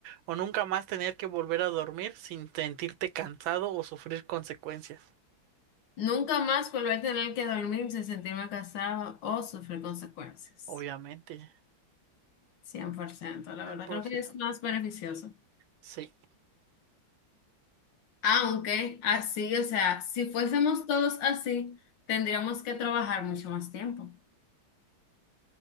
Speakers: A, on the right; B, on the left.
A: o nunca más tener que volver a dormir sin sentirte cansado o sufrir consecuencias?
B: Nunca más volver a tener que dormir sin sentirme casado o sufrir consecuencias.
A: Obviamente.
B: cien por ciento la
A: Ah,
B: verdad,
A: por
B: creo que
A: si-
B: es más beneficioso.
A: Sí.
B: Aunque así, o sea, si fuésemos todos así, tendríamos que trabajar mucho más tiempo.